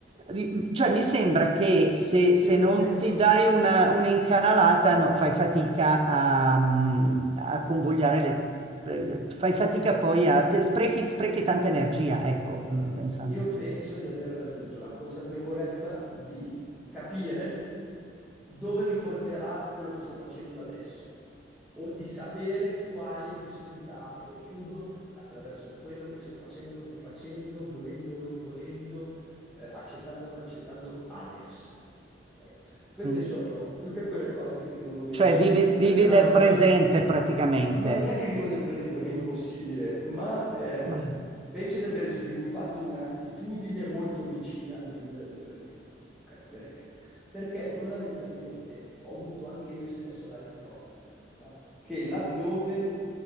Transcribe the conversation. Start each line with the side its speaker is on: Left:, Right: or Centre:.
Right: ri- cioè mi sembra che se, se
Centre: io non
Right: non
Centre: penso
Right: ti
Centre: al
Right: dai
Centre: futuro,
Right: una, un'incanalata no, fai fatica a, mm, a convogliare le, le- fai fatica poi a, sprechi, sprechi tanta energia, ecco,
Centre: Allora,
Right: mm, pensando.
Centre: io penso di aver raggiunto la consapevolezza di capire dove mi porterà quello che sto facendo adesso o di sapere quali possibilità apro o chiudo attraverso quello che sto facendo o non facendo, volendo o non volendo, eh, accettando o non accettando adesso. Ok? Queste
Right: Mm.
Centre: sono tutte quelle cose che uno vede
Right: Cioè
Centre: su
Right: vivi,
Centre: Instagram
Right: vivi del presente praticamente.
Centre: ma non è che vivo del presente perché è impossibile,
Right: Mm.
Centre: ma eh,
Right: Ma...
Centre: penso di aver sviluppato un'attitudine molto vicina al vivere del presente. Ok, perché? Perché fondamentalmente ho avuto anche io stesso la riprova nella vita che laddove